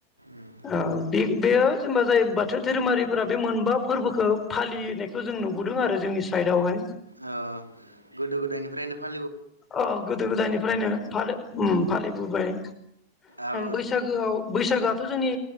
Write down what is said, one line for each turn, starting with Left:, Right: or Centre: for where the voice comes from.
Right: उम
Left: ओ बे बेयो जेनेबा जाय बाथौ धोरोमारिफोरा बे मोनबा फोरबोखौ फालिनायखौ जों नुबोदों आरो जोंनि साइदावहाय
Right: ओ गोदो गोदायनिफ्रायनो फा
Left: अ गोदो गोदायनिफ्रायनो फालो उम फालि फालिबोबाय
Right: आबो
Left: बैसागोआव बैसागोआ थ' जोंनि